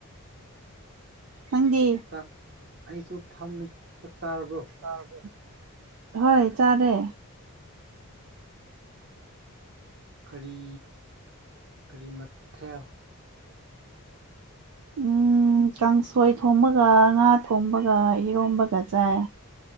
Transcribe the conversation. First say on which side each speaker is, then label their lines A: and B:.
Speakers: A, on the right (about 70°); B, on the right (about 50°).
A: ꯅꯪꯗꯤ
B: ꯆꯥꯛ ꯑꯩꯁꯨ ꯐꯝꯃꯦ ꯆꯥꯛ ꯆꯥꯔꯕꯣ
A: ꯆꯥꯔꯕꯣ ꯍꯣꯏ ꯆꯥꯔꯦ
B: ꯀꯔꯤ ꯀꯔꯤ ꯃꯊꯦꯜ
A: ꯎꯝ ꯀꯥꯡꯁꯣꯏ ꯊꯣꯡꯕꯒ ꯉꯥ ꯊꯣꯡꯕꯒ ꯏꯔꯣꯝꯕꯒ ꯆꯥꯏ